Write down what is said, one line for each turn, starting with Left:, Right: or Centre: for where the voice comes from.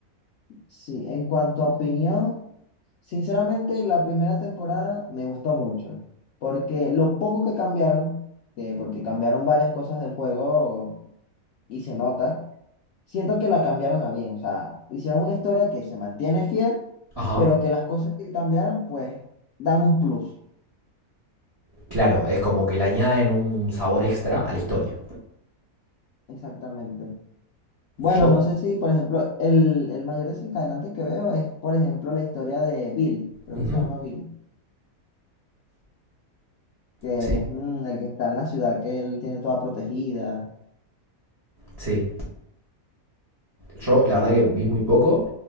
Left: Sí, en cuanto a opinión, sinceramente la primera temporada me gustó mucho, porque lo poco que cambiaron, eh, porque cambiaron varias cosas del juego y se nota, siento que la cambiaron a bien, o sea, hicieron una historia que se mantiene fiel,
Right: Ajá.
Left: pero que las cosas que cambiaron pues dan un plus,
Right: Claro, es como que le añaden un sabor extra a la historia.
Left: exactamente. Bueno,
Right: Yo,
Left: no sé si, por ejemplo, el, el mayor desencadenante que veo es, por ejemplo, la historia de Bill, creo
Right: ujú,
Left: que se llama Bill. que
Right: sí,
Left: es mm, el que está en la ciudad que él tiene toda protegida.
Right: sí. Yo la verdad que vi muy poco,